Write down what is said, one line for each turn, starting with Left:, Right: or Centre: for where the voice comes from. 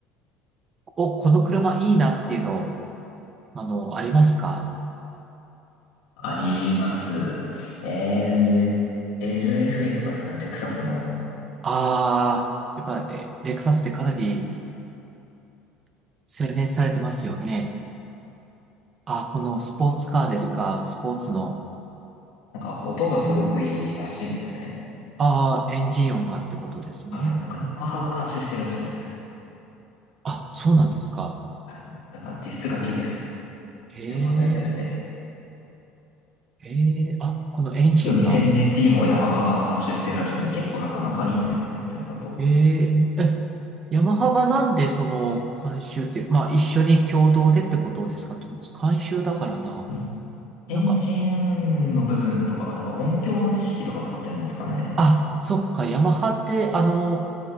Right: お、この車いいなっていうの、あの、ありますか
Left: あります。えー、LFA とかですかね、レクサスの。
Right: ああー、やっぱ、えレクサスってかなり洗練されてますよね。あー、このスポーツカーですか、スポーツの。
Left: なんか音がすごくいいらしいですね。
Right: うんああ、エンジン音がってことですね。
Left: はい。なんかヤマハが監修してるらしいです。
Right: うんあ、そうなんですか。
Left: はい。だから実質楽です。
Right: へ
Left: ヤマハがやってるんで。
Right: え、へえ、あ、このエンジンが。
Left: 2000GT もヤマハが監修してるらしいんで、結構なんか仲いいんですね、トヨタと。
Right: へえ、え、ヤマハがなんでその監修ってまあ一緒に共同でってことですかと思うんです。監修だからな。
Left: うんエンジンの部分とかは、
Right: なんか、
Left: なんか音響の知識とか使ってるんですかね。
Right: あ、そっか、ヤマハってあの、